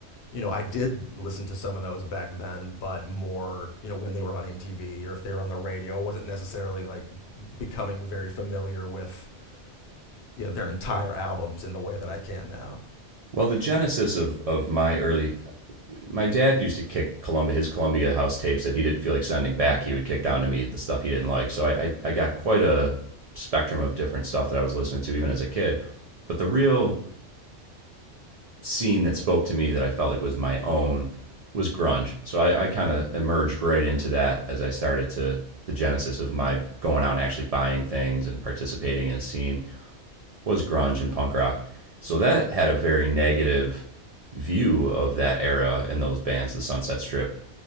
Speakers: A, on the left (about 70°); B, on the right (about 70°).
A: you know, I did listen to some of those back then, but more, you know, when they were on MTV or if they were on the radio, I wasn't necessarily like becoming very familiar with you know, their entire albums in the way that I can now.
B: well the genesis of of my early my dad used to kick Columbia his Columbia House tapes that he didn't feel like sending back. He would kick down to me the stuff he didn't like. So I, I I got quite a spectrum of different stuff that I was listening to even as a kid. But the real scene that spoke to me that I felt like was my own was grunge. So I, I kind
A: Mm-hmm.
B: of emerged right into that as I started to the genesis of my going out and actually buying things and participating in a scene was grunge and punk rock. So that had a very negative view of that era and those bands, the Sunset Strip,